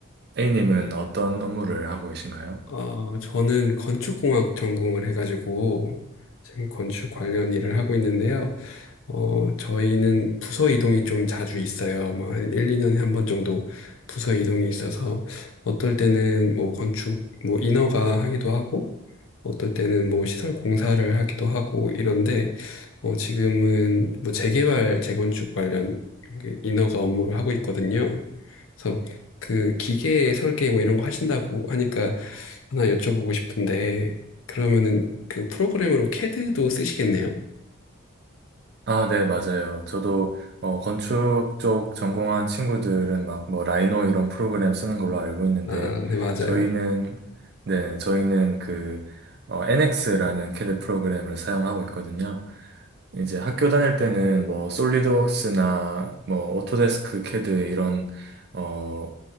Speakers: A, on the right; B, on the left.
A: A님은 어떤 업무를 하고 계신가요?
B: 어, 저는 건축공학 전공을 해가지고 지금 건축 관련 일을 하고 있는데요. 어, 저희는 부서 이동이 좀 자주 있어요. 뭐, 한 1, 2년에 한 번 정도 부서 이동이 있어서, 어떨 때는 뭐, 건축, 뭐, 인허가 하기도 하고, 어떨 때는 뭐, 시설 공사를 하기도 하고, 이런데, 어, 지금은 뭐, 재개발, 재건축 관련 그 인허가 업무를 하고 있거든요. 그래서 그 기계 설계 뭐 이런 거 하신다고 하니까 하나 여쭤보고 싶은데, 그러면은 그 프로그램으로 캐드도 쓰시겠네요?
A: 아, 네, 맞아요. 저도 어, 건축 쪽 전공한 친구들은 막 뭐 라이노 이런 프로그램 쓰는 걸로 알고 있는데
B: 아, 네, 맞아요.
A: 저희는 네, 저희는 그 어, NX라는 캐드 프로그램을 사용하고 있거든요. 이제 학교 다닐 때는 뭐 솔리드웍스나 뭐 오토데스크 캐드 이런 어,